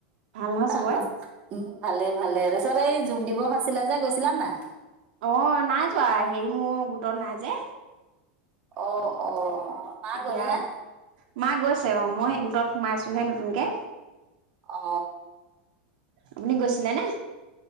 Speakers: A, on the right; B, on the right.
A: ভাল নহয়
B: তাৰ
A: চবৰে?
B: পাছত উম ভালে, ভালে তাৰপিছত এই যোগ দিৱস আছিলে যে গৈছিলা নাই?
A: অ, নাই যোৱা হে মোৰ গোটত নাই যে।
B: অ', অ। মা
A: এতিয়া
B: গ'ল নে
A: মা গৈছে, অ, মই সেই গোটত সোমাইছোহে নতুনকে।
B: অ।
A: আপুনি গৈছিলে নে?